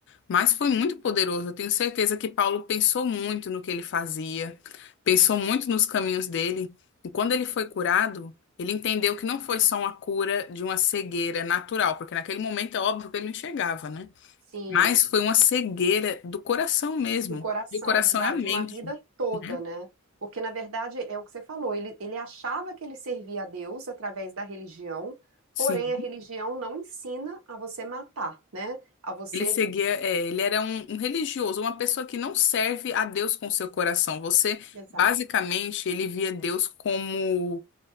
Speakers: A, on the left; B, on the right.
A: mas foi muito poderoso. Eu tenho certeza que Paulo pensou muito no que ele fazia, pensou muito nos caminhos dele, e quando ele foi curado, ele entendeu que não foi só uma cura de uma cegueira natural, porque naquele momento é óbvio que ele não enxergava, né?
B: Sim,
A: Mas foi uma cegueira do coração mesmo.
B: do coração,
A: E o coração
B: da-
A: é a mente,
B: de uma vida toda,
A: né?
B: né? Porque, na verdade, é o que você falou, ele, ele achava que ele servia a Deus através da religião,
A: Sim.
B: porém a religião não ensina a você matar, né? A você.
A: Ele seguia,
B: de-
A: é, ele era um, um religioso, uma pessoa que não serve a Deus com seu coração. Você,
B: Exato.
A: basicamente, ele via Deus como,